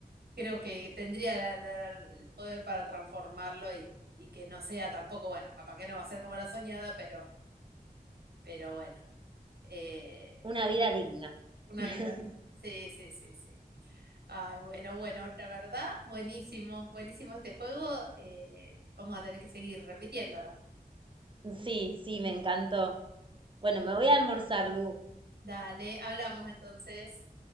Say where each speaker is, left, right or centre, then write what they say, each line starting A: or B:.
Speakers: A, on the right; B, on the right.
A: creo que tendría la- la- la- el poder para transformarlo y, y que no sea tampoco, bueno, capaz que no va a ser como la soñada, pero, pero bueno, eh,
B: Una vida digna.
A: una
B: <laughs>
A: vida. bien. Sí, sí, sí, sí. Ay, bueno, bueno, la verdad, buenísimo, buenísimo este juego. eh, vamos a tener que seguir repitiéndolo.
B: Sí, sí, me encantó. Bueno, me voy a almorzar, Lu.
A: Dale, hablamos entonces.